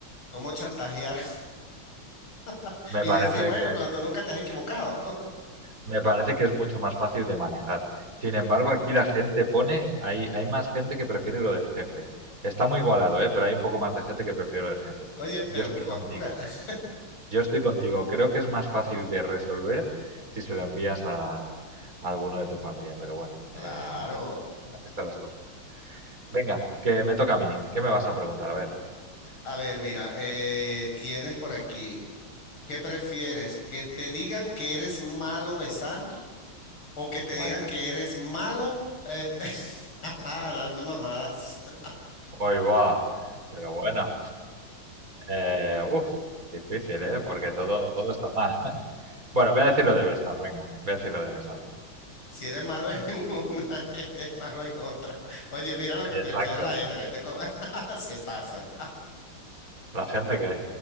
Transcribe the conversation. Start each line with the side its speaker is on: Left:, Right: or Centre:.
Left: cómo chantajear <laughs>
Right: me
Left: y
Right: parece
Left: decir, bueno,
Right: que
Left: pero
Right: es,
Left: tú nunca te has equivocado.
Right: me parece que es mucho más fácil de manejar. Sin embargo, aquí la gente pone, hay, hay más gente que prefiere lo del jefe. Está muy igualado, ¿eh? Pero hay un poco más de gente que prefiere lo del jefe.
Left: <laughs> Oye, pero
Right: Yo estoy
Left: qué
Right: contigo,
Left: locura. <laughs>
Right: yo estoy contigo. Creo que es más fácil de resolver si se lo envías a, a alguno de tu familia, pero bueno,
Left: Claro.
Right: eh, así están las cosas. Venga, que me toca a mí. ¿Qué me vas a preguntar? A ver,
Left: A ver, mira, eh, tienes por aquí, ¿qué prefieres? ¿Que te digan que eres malo besando o que te
Right: vaya.
Left: digan que eres malo eh, <laughs> dando mamadas? <laughs>
Right: Hoy va. Pero bueno, eh, uf, difícil, ¿eh? Porque todo, todo está mal. <laughs> Bueno, voy a decir lo de besar, venga. Voy a decir lo de besar.
Left: Si eres malo en una, <laughs> eres malo en otra. Oye, mira lo que
Right: Exacto.
Left: prefiere la gente, la gente co- <laughs> se pasa.
Right: La gente que...